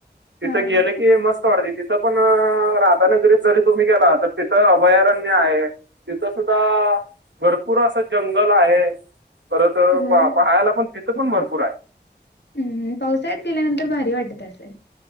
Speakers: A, on the right (about 85°); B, on the left (about 70°).
A: तिथं
B: हा हा
A: गेलं की मस्त वाटतय तिथं पण राधानगरीत जरी तुम्ही गेला तर तिथं अभयारण्य आहे, तिथं सुद्धा, भरपूर असं जंगल आहे. परत
B: होय
A: पा पहायला पण तिथं पण भरपूर आहे.
B: हम्म पावसाळ्यात गेल्यानंतर भारी वाटत असल?